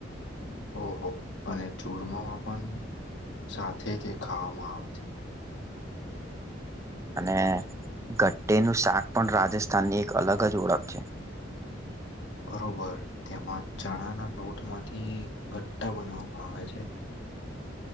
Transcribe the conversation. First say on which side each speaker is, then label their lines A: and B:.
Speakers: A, on the left; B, on the right.
A: ઓહો અને ચૂરમામા પણ સાથે જ ખાવામાં આવતી
B: અને ગટ્ટેનું શાક પણ રાજસ્થાનની એક અલગ જ ઓળખ છે <unintelligible>
A: બરોબર તેમાં ચણાના લોટ માંથી ગટ્ટા બનાવવામાં આવે છે